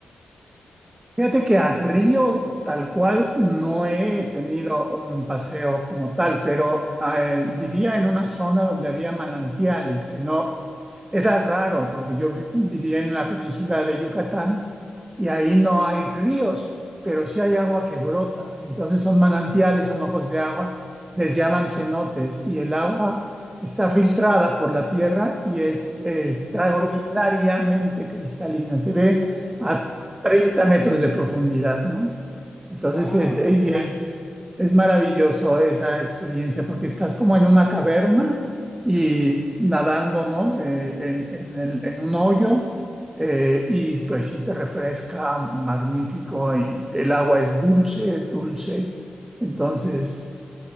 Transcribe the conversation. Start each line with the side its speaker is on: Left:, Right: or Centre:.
Right: Fíjate que a Río tal cual no he tenido un paseo como tal, pero eh, vivía en una zona donde había manantiales, que no era raro porque yo vi- vivía en la península de Yucatán y ahí no hay ríos, pero sí hay agua que brota. Entonces son manantiales,
Centre: Uff,
Right: son ojos de agua, les llaman cenotes y el agua está filtrada por la tierra y es
Centre: sí,
Right: eh,
Centre: sí.
Right: extraordinariamente cristalina. Se ve
Centre: Uh,
Right: a 30 metros de profundidad, ¿no? Entonces
Centre: wow.
Right: es, y es, es maravilloso esa experiencia porque estás como en una caverna y nadando, ¿no? Eh, en, en el- en un hoyo eh, y pues sí te refresca, magnífico, y el agua es dulce, dulce. Entonces,